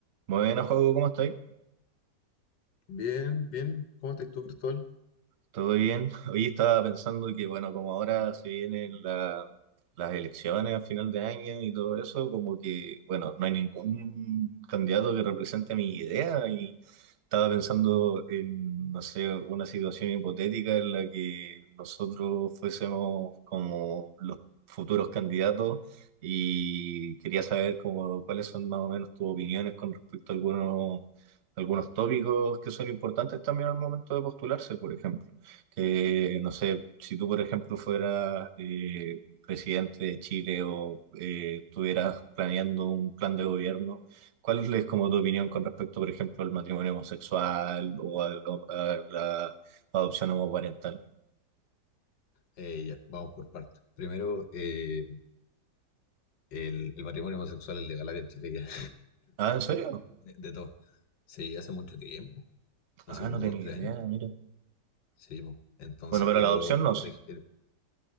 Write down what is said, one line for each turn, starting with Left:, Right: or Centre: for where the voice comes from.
Right: Bueno, Joaco, ¿cómo estás?
Left: Bien, bien. ¿Cómo estás tú, Cristóbal?
Right: ¿Todo bien? <laughs> Hoy estaba pensando que, bueno, como ahora se vienen la- las elecciones a final de año y todo eso, como que, bueno, no hay ningún candidato que represente mi idea y estaba pensando en, no sé, una situación hipotética en la que nosotros fuésemos como los futuros candidatos y quería saber como cuáles son más o menos tus opiniones con respecto a algunos, algunos tópicos que son importantes también al momento de postularse, por ejemplo que, no sé, si tú, por ejemplo, fueras eh, presidente de Chile o eh, estuvieras planeando un plan de gobierno, ¿cuál es como tu opinión con respecto, por ejemplo, al matrimonio homosexual o a, lo- a la adopción homoparental?
Left: Eh, ya, vamos por partes. Primero, eh, el, el matrimonio homosexual es legal acá en Chile ya,
Right: Ah, ¿en serio?
Left: <laughs> de, de todo. Sí, hace mucho tiempo, hace
Right: Ah,
Left: como
Right: no tenía
Left: dos, tres
Right: idea,
Left: años.
Right: mira.
Left: Sí, po. Entonces,
Right: Bueno, pero
Left: pero
Right: la adopción no,
Left: por
Right: sí.
Left: ejemplo,